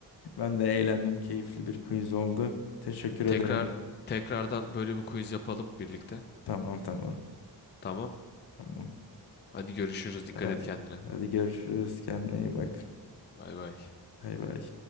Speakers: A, on the left (about 65°); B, on the left (about 25°).
A: Ben de eğlendim. Keyifli bir quiz oldu. Teşekkür ederim.
B: Tekrar tekrardan böyle bir quiz yapalım birlikte.
A: Tamam tamam.
B: Tamam.
A: Tamam.
B: Hadi görüşürüz. Dikkat
A: Ee,
B: et kendine.
A: hadi görüşürüz. Kendine iyi bak.
B: Bay bay.
A: Bay bay.